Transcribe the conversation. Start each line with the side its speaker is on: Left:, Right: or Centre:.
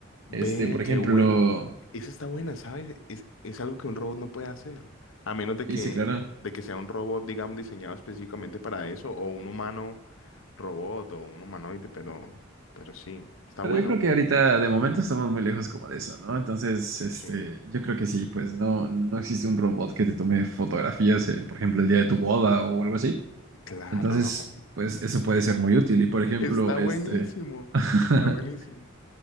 Left: Ve,
Right: este, por ejemplo,
Left: qué bueno. Esa está buena, ¿sabes? Es, es algo que un robot no puede hacer. A menos
Right: sí,
Left: de que,
Right: sí, claro.
Left: de que sea un robot, digamos, diseñado específicamente para eso, o un humano robot, o un humanoide, pero, pero sí, está
Right: Pero
Left: bueno.
Right: yo creo que ahorita de momento estamos muy lejos como de eso, ¿no? Entonces, este,
Left: Sí,
Right: yo creo que sí, pues no, no existe un robot que te tome fotografías, eh, por ejemplo, el día de tu boda o algo así.
Left: claro,
Right: Entonces,
Left: no.
Right: pues eso puede ser muy útil. Y por ejemplo,
Left: Está buenísimo.
Right: este, <laughs>
Left: Está buenísimo.